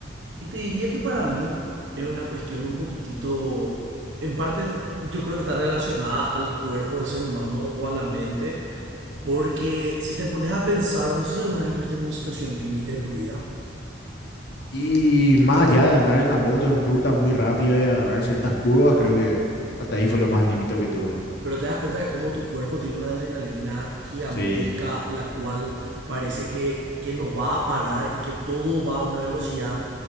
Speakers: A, on the right; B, on the left.
A: Y te diría que para mí es una cuestión un poquitito, en parte yo creo que está relacionada al cuerpo del ser humano o a la mente, porque si te pones a pensar, no sé si alguna vez estuviste en una situación límite en tu vida.
B: Y más allá de andar en la moto en ruta muy rápido y agarrar ciertas curvas, creo que hasta ahí fue lo más límite que tuve.
A: pero te das cuenta de cómo tu cuerpo tiene una adrenalina gigantesca,
B: Sí,
A: la cual parece que, que no va a parar y que todo va a una velocidad,